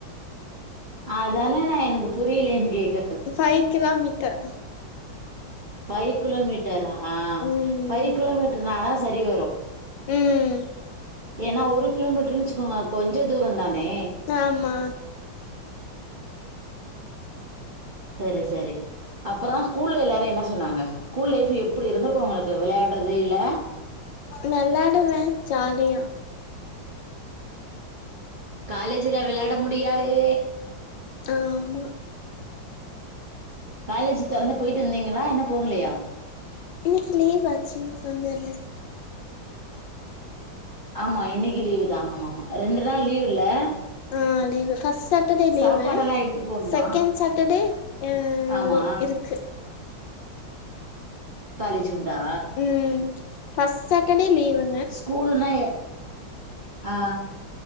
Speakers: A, on the right; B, on the left.
A: அதான நா எனக்கு புரியலேயைனு கேக்க
B: five kilometre
A: five kilometre ஆ
B: ம்
A: ஃபைவ் கிலோமீட்டர்னாதா சரி வரு
B: ம்
A: ஏன்னா ஒரு கிலோமீட்டர்னு வெச்சிக்கோங்க கொஞ்ச தூரோ தானே
B: ஆமா
A: சேரி சேரி அப்பறோ ஸ்கூல்ல எல்லாரு என்ன சொன்னாங்க கூல் லைஃப் எப்புடி இருந்திருக்கு உங்களுக்கு விளையாட்றது இல்ல
B: வெளாடுவே ஜாலியா
A: காலேஜில விளாட முடியாதே
B: ஆமா
A: காலேஜ் தொறந்து போயிட்டு வந்தீங்களா இன்னு போகலையா
B: இனைக்கி லீவ் ஆச்சின்னு சொன்னல்ல
A: ஆமா இன்னைக்கி லீவு தா ஆமா ஆமா ரெண்டு நாள் லீவுல்ல
B: ஆம் leave first Saturday leave
A: சாப்பாடெல்லா எடுத்துட்டு போணுமா
B: செகண்ட் சாட்டர்டே
A: ஆமா
B: லீ இருக்கு
A: காலேஜ் உண்டா
B: ம் ஃபஸ்ட் சட்டர்டே லீவு
A: ஸ்கூலுனா ஆ